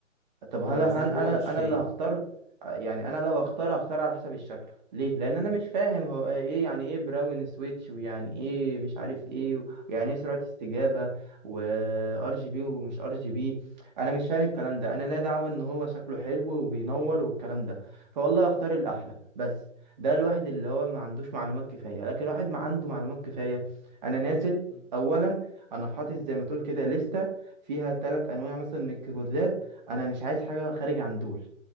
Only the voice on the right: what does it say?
طب هل
هن
انا
انا
اللي هختار يعني انا لو هختار هختار على حسب الشكل ليه لان انا مش فاهم هو ايه يعني ايه براون سويتش ويعني ايه مش عارف ايه ويعني ايه سرعة استجابة وار جي بي ومش ار جي بي انا مش فاهم الكلام ده انا لا دعوة ان هو شكله حلو وبينور والكلام ده فوالله هختار الاحلى بس ده الواحد اللي هو ما عندوش معلومات كفاية لكن واحد ما عنده معلومات كفاية انا نازل
اولا انا حاطط زي ما تقول كده لستة فيها ثلاث انواع مثلا من الكيبوردات انا مش عايز حاجه خارج عن دول